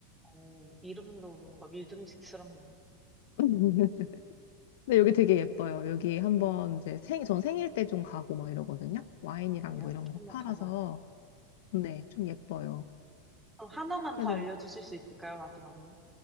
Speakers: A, in the centre; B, on the left.
A: 어, 이름도 뭔가 믿음직스럽네요.
B: <laughs> 근데 여기 되게 예뻐요. 여기 한번 이제 생, 전 생일 때 좀 가고 막 이러거든요. 와인이랑
A: 아, 그래요?
B: 뭐 이런 거
A: 한번
B: 팔아서.
A: 가봐요.
B: 네, 좀 예뻐요.
A: 그럼 하나만
B: 그래서,
A: 더 알려주실 수 있을까요? 마지막으로.